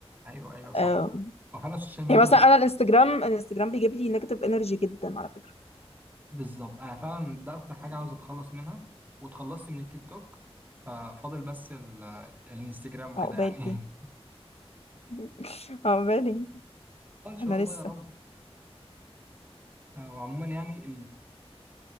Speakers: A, on the right (about 15°); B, on the left (about 75°).
A: ايوه ايوه صح
B: آه،
A: هو فعلا السوشيال ميديا
B: يعني مثلا
A: مش
B: انا الانستجرام الانستجرام بيجيب لي نيجاتيف انرجي جدا على فكره
A: بالظبط انا فعلا ده اكتر حاجة عاوز اتخلص منها واتخلصت من التيك توك ففاضل بس ال... الانستجرام وكده
B: عقبالي
A: يعني <laughs>
B: <laughs> عقبالي
A: ان شاء
B: انا
A: الله
B: لسه
A: يا رب <laughs> وعموما يعني